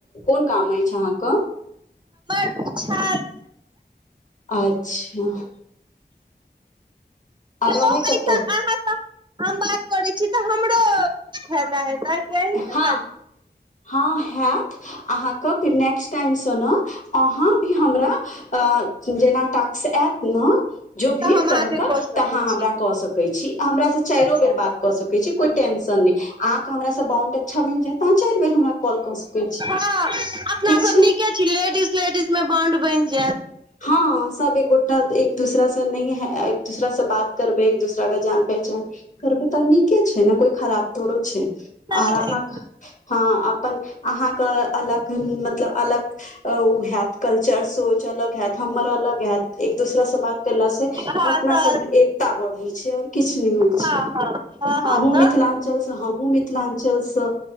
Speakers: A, on the left; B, on the right.
A: कोन काम अछि आहाँ क
B: अच्छा
A: अच्छा आ
B: यौ
A: रहय
B: एहिसँ
A: कतऽ
B: अहाँसँ हम बात करै तऽ हमरो खेता हेतै कि अहींके खाली
A: हँ
B: तऽ
A: हँ हेऽत अहाँके फिर नेक्स्ट टाइम सँ न अहाँ भी हमरा जेना टाक्स आत ने जो भी
B: हम
A: तरह
B: अहाँके
A: को
B: कऽ सकैत
A: तऽ आहाँ हमरा
B: छी
A: कऽ सकै छी हमरा स से चैरो
B: अच्छा
A: बेर बात कऽ सकै छी कोय टेंशन नय आहाँ के हमरा से बाउंड अच्छा बनि जेऽत तऽ आहाँ चरि बेर हमरा कॉल कऽ सकै छी
B: ह अपना
A: ठीक छै
B: सब नीके छी लेडीज लेडीज मे बोन्ड बनि जेऽत
A: हं सब एकगोटा एक दूसरा स नैह एक दोसरा स बात करबै एक दूसरा के जान पहचान करबै त नीके छै न कोय खराब थोड़ी छै
B: नहि
A: आओर
B: नहि
A: आहाँ
B: नहि
A: के ह अपन आहाँ के अलग मतलब अलग ओ हेऽत कल्चर सोच अलग हेऽत हमर अलग हेऽत एक दोसरा स बात करला स
B: हँ
A: अपना
B: तऽ
A: सब मे एकता बढ़ै छै आओर कि किछ नय होय
B: हँ
A: छैय
B: हँ हँ हँ
A: अहूँ
B: तऽ
A: मिथिलांचल स हमहुँ मिथिलांचल स